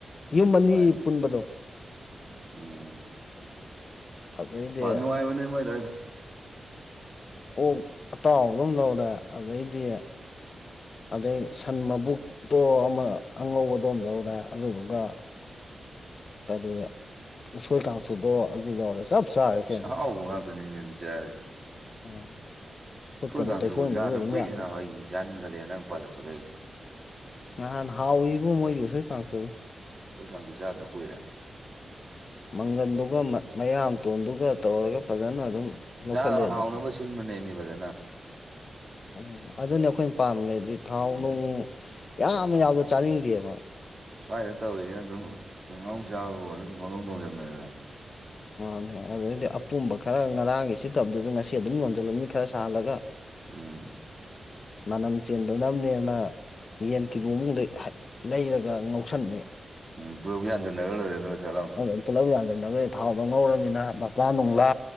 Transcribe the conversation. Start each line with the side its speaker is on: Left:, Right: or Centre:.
Right: ꯎꯝ
Left: ꯌꯨꯝ
Right: ꯅꯨꯡꯉꯥꯏꯕꯅꯦ
Left: ꯑꯅꯤ ꯄꯨꯟꯕꯗꯣ
Right: ꯎꯝ
Left: ꯑꯗꯩꯗꯤ
Right: ꯐ ꯅꯨꯡꯉꯥꯏꯕꯅꯦ ꯃꯣꯏꯗ ꯑꯩꯗꯣ
Left: ꯑꯣꯛ ꯑꯇꯥꯎ ꯑꯗꯨꯝ ꯂꯧꯔꯦ ꯑꯗꯩꯗꯤ ꯑꯗꯩ ꯁꯟ ꯃꯕꯨꯛ꯫ ꯇꯣ ꯑꯃ ꯑꯉꯧꯕꯗꯣ ꯑꯃ ꯂꯧꯔꯦ ꯑꯗꯨꯗꯨꯒ꯫ ꯀꯔꯤ ꯎꯁꯣꯏ ꯀꯥꯡꯁꯨꯗꯣ ꯑꯗꯨ ꯂꯧꯔꯦ ꯆꯞ꯫ ꯆꯥꯔꯦ ꯀꯩꯅꯣ
Right: ꯁꯥ ꯑꯥꯎꯕ ꯉꯥꯛꯇꯅꯤꯅꯦ ꯑꯗꯨ ꯆꯔꯤꯁꯦ꯫
Left: ꯎꯝ꯫ ꯈꯨꯠꯀꯗꯣ
Right: ꯁꯣꯏ ꯀꯥꯡꯁꯨꯒ
Left: ꯇꯩꯊꯣꯛꯅꯗ꯭ꯔꯁꯨ
Right: ꯆꯥꯗꯕ
Left: ꯑꯗꯨꯝ
Right: ꯀꯨꯏꯔꯦ
Left: ꯌꯥꯕꯗꯣ
Right: ꯅꯕ ꯑꯩꯗꯤ ꯆꯥꯅꯤꯈꯠꯂꯛꯑꯦ ꯅꯪ ꯄꯜꯂꯛꯄꯗꯩꯗꯤ꯫
Left: ꯅꯍꯥꯟ ꯍꯥꯎꯏ ꯏꯕꯣ ꯃꯣꯏꯒꯤ ꯎꯁꯣꯏ ꯀꯥꯡꯁꯣꯏꯗꯣ꯫
Right: ꯎꯁꯣꯏ ꯀꯥꯡꯁꯨ ꯆꯥꯗ ꯀꯨꯏꯔꯦ꯫
Left: ꯃꯪꯒꯟꯗꯨꯒ ꯃꯌꯥꯝ ꯇꯣꯟꯗꯨꯒ ꯇꯧꯔꯒ ꯐꯖꯅ꯫ ꯑꯗꯨꯝ ꯂꯧꯈꯠꯂꯦ
Right: ꯆꯥꯅꯕ ꯍꯥꯎꯅꯕ
Left: ꯑꯗꯣ
Right: ꯁꯤꯟꯕꯅꯦꯃꯤ ꯐꯖꯅ꯫
Left: ꯎꯝ ꯑꯗꯨꯅꯦ ꯑꯩꯈꯣꯏꯅ ꯄꯥꯝꯃꯦꯗꯤ ꯊꯥꯎ
Right: ꯎꯝ
Left: ꯅꯨꯡ ꯌꯥꯝ ꯌꯥꯎꯗ ꯆꯥꯅꯤꯡꯗꯦꯕ꯫
Right: ꯁ꯭ꯋꯥꯏꯗ ꯇꯧꯔꯤꯁꯤꯅ ꯑꯗꯨꯝ ꯌꯨꯝꯉꯥꯎꯅ ꯆꯥꯕꯕꯨ ꯁꯨꯝ ꯄꯪꯊꯣꯡ ꯊꯣꯡꯖꯟꯕꯃꯦꯕ꯫
Left: ꯃꯥꯅꯦ ꯑꯗꯩꯩꯗꯤ ꯑꯄꯨꯝꯕ ꯈꯔ ꯉꯔꯥꯡꯒꯤꯁꯤ ꯁꯤꯠꯇꯥꯕꯗꯨꯁꯨ ꯉꯁꯤ ꯑꯗꯨꯝ ꯌꯣꯟꯁꯤꯜꯂꯝꯕꯅꯤ ꯈꯔ ꯁꯥꯍꯜꯂꯒ꯫
Right: ꯎꯝ
Left: ꯃꯅꯝ꯫ ꯆꯦꯟꯗꯕꯅꯦꯅ ꯌꯦꯟ ꯀꯤꯂꯣꯃꯨꯛ ꯂꯩꯔꯒ ꯉꯥꯎꯁꯟꯅꯤ꯫
Right: ꯎꯝ ꯄꯨꯂꯞ ꯌꯥꯟꯖꯤꯟꯅꯔꯒ ꯂꯣꯏꯔꯦ ꯑꯗꯨꯒ ꯁꯠ ꯂꯥꯎꯅ꯫
Left: ꯑꯗꯨꯅꯤ ꯄꯨꯂꯞ ꯌꯥꯟꯁꯤꯟꯅꯒꯔꯅꯤ ꯊꯥꯎꯗꯣ ꯉꯧꯔꯃꯤꯟꯅ ꯃꯁꯂꯥ ꯅꯨꯡꯂꯥ꯫